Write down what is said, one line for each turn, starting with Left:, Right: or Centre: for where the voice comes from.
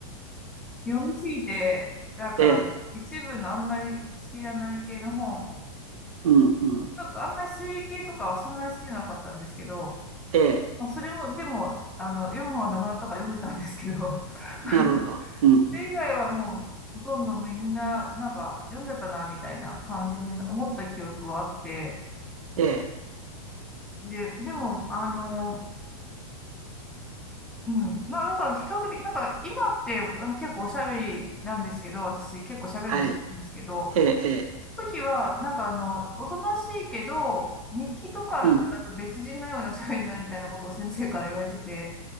Centre: 読みすぎて、なんか、
Right: ええ、
Centre: 一部のあんまり好きじゃない系の本、
Right: うん、うん。
Centre: ちょっとあんまり推理系とかはそんなに好きじゃなかったんですけど、
Right: ええ、
Centre: まあ、それも、でも、あの、読む本はなくなったから読んでたんですけど、<laughs> あの
Right: なるほど。うん、
Centre: それ以外はもう、
Right: うん。
Centre: ほとんどみんな、なんか、読んじゃったな、みたいな感じに思った記憶はあって、
Right: ええ、
Centre: で、でも、あの、うん。まあ、だから比較的、なんか今ってあの結構おしゃべりなんですけど、私結構しゃべるの好きなんですけど、
Right: はい。ええ、ええ、
Centre: 時はなんかあの、おとなしいけど、日記とかだと別人のようにおしゃべりになるみたいなことを先生から言われてて、
Right: うん。